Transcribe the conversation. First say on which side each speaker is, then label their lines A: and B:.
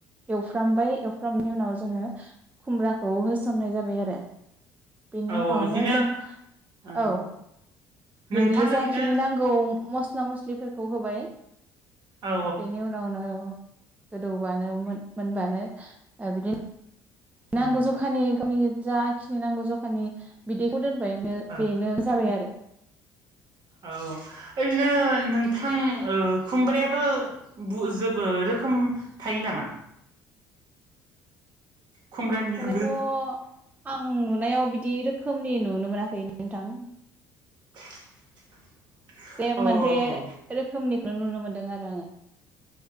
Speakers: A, on the right (about 15°); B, on the right (about 55°).
A: एवफ्रामबाय एवफ्रामनायनि उनाव जोङो खुमब्राखौ होसननाय जाबाय आरो। बेनि
B: औ
A: उनावनो
B: इदिनो
A: जों
B: ओ
A: औ।
B: नोंथां
A: बेनि
B: ओरैनो
A: जाखिनि नांगौ मस स्ला मस्लिफोरखौ होबाय
B: औ
A: बेनि उनावनो गोदौबानो मोन मोनबानो बिदिन
B: उम
A: नांगौ जखानि गावनि जाखिनि नांगौ जखानि बिदैखौ दोन <inaudible>
B: ओ
A: बेनो जाबाय आरो।
B: औ <inaudible> ‌नों थां ओ खुमब्रायाबो बु जोबोद रोखोम थायो नामा? खुमब्रानियाबो
A: खुमब्रायाथ' आं आं नुनायाव बिदि रोखोमनि नुनो मोनाखै नोंथां।
B: <unintelligible>
A: जे मोनसे
B: ओं
A: रोखोमनिखौनो नुनो मोनदों आरो आङो।